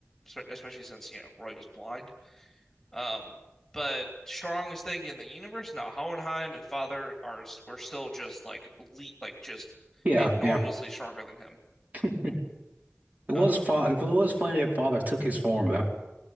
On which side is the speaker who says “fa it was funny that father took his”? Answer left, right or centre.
Right